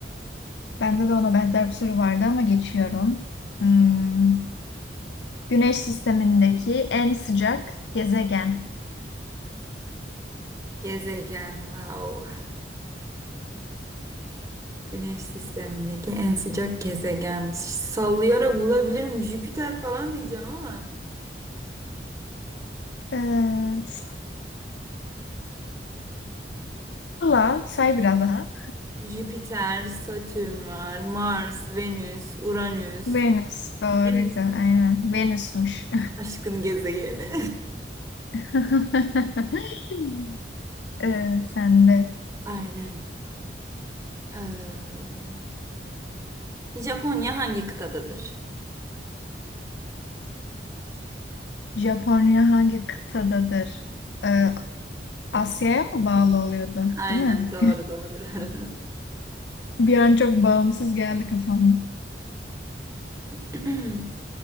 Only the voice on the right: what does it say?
Gezegen, wow. Güneş sistemindeki en sıcak gezegenmiş. Sallayarak bulabilirim. Jüpiter falan diyeceğim ama.
Jüpiter, Satürn var, Mars, Venüs, Uranüs.
Venüs
mü?
Aşkın gezegeni.
<laughs> Aynen. Ee, Japonya hangi kıtadadır?
Aynen,
doğru doğru. <laughs>
<clears throat>